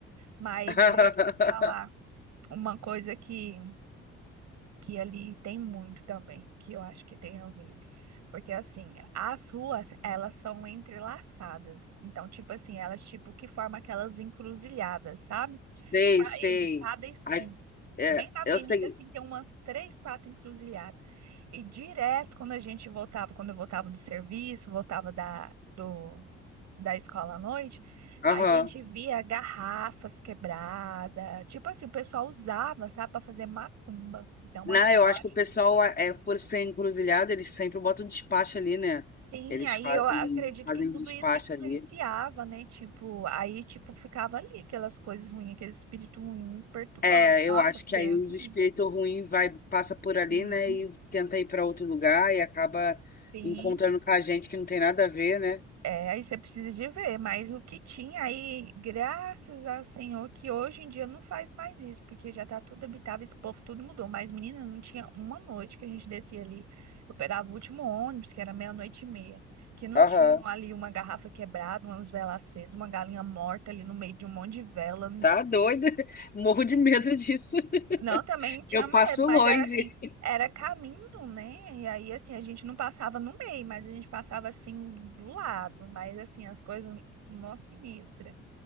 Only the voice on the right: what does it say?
Mas
deixa eu te falar. Uma coisa que, que ali tem muito também, que eu acho que tem a ver. Porque assim, as ruas, elas são entrelaçadas. Então, tipo assim, elas tipo que formam aquelas encruzilhadas, sabe?
Tá
Entre cada esquina.
Bem na avenida,
assim, tem umas três, quatro encruzilhadas. E direto, quando a gente voltava, quando eu voltava do serviço, voltava da, do, da escola à noite,
a gente via garrafas quebradas. Tipo assim, o pessoal usava, sabe, para fazer macumba. Então,
assim,
eu
acho.
Sim,
aí
eu acredito
que tudo
isso influenciava,
né? Tipo, aí, tipo, ficava ali aquelas coisas ruins, aquele espírito ruim perturbando.
Nossa,
Deus
me
livre.
Sim,
sim.
É, aí você precisa de ver, mas o que tinha aí, graças ao Senhor, que hoje em dia não faz mais isso, porque já tá tudo habitável, esse povo tudo mudou. Mas, menina, não tinha uma noite que a gente descia ali. Eu pegava o último ônibus, que era meia-noite e meia, que não
tinha ali uma garrafa quebrada, umas velas acesas, uma galinha morta ali no meio de um monte de vela, um
não, também tinha
medo,
mas
era assim,
era caminho, né? E aí, assim, a gente não passava no meio, mas a gente passava assim do lado, mas assim, as coisas mó sinistra.